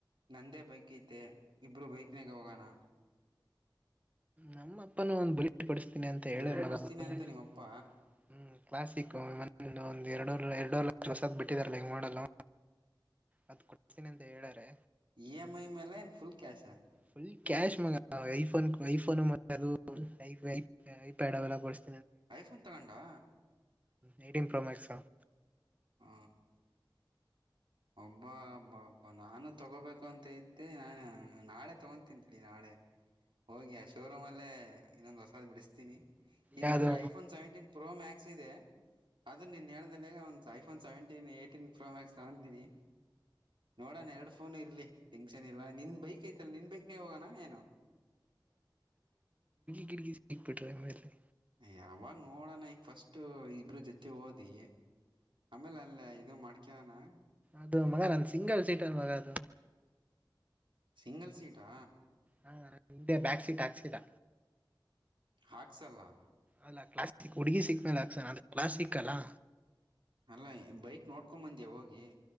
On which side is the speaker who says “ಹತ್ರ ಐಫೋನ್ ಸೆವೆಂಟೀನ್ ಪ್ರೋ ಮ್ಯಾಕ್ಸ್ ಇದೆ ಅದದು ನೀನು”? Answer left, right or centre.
Right